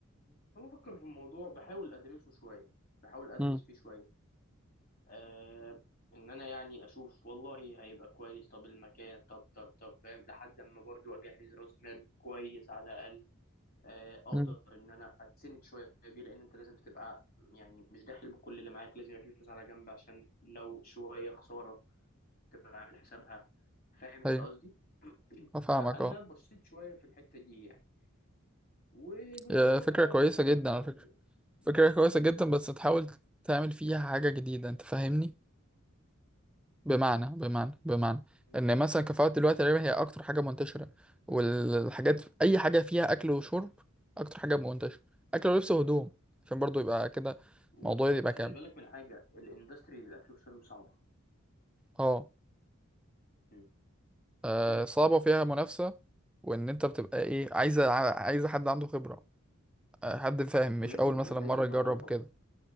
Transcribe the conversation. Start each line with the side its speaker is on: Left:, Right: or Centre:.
Left: فبفكر في الموضوع بحاول ادرسه شويه بحاول ادرس
Centre: مم.
Left: فيه شويه آه ان انا يعني اشوف والله هيبقى كويس طب المكان طب طب طب فاهم لحد اما برضو اجهز راس مال كويس على الاقل آه اقدر
Centre: مم.
Left: ان انا اتسند شويه بيه لان انت لازم تبقى يعني مش داخل بكل اللي معاك لازم يبقى في فلوس على جنب عشان لو شويه خساره تبقى عامل حسابها فاهم انت
Centre: ايوه
Left: قصدي <clears throat>
Centre: افهمك
Left: فانا
Centre: اه
Left: بصيت شويه في الحته دي يعني واللي
Centre: يا
Left: هو
Centre: فكرة
Left: بحاول
Centre: كويسة
Left: افاضل
Centre: جدا على فكرة
Left: يعني م.
Centre: فكرة كويسة جدا بس تحاول تعمل فيها حاجة جديدة انت فاهمني بمعنى
Left: اكيد
Centre: بمعنى بمعنى
Left: م.
Centre: ان مثلا كفاءة دلوقتي تقريبا هي اكتر حاجة منتشرة والحاجات
Left: طبعا
Centre: اي حاجة فيها اكل وشرب اكتر حاجة منتشرة اكل ولبس وهدوم عشان برضو يبقى كده
Left: و-
Centre: الموضوع
Left: آه،
Centre: يبقى
Left: وخلي
Centre: كامل
Left: بالك من حاجة الاندستري للأكل والشرب صعبة
Centre: اه
Left: مم.
Centre: آه،
Left: كمل
Centre: صعبة
Left: كمل
Centre: وفيها منافسة وان انت بتبقى ايه عايزة ع- عايزة حد عنده خبرة آه، حد فاهم
Left: ولازم
Centre: مش اول مثلا
Left: ولازم
Centre: مرة يجرب
Left: نظافة
Centre: كده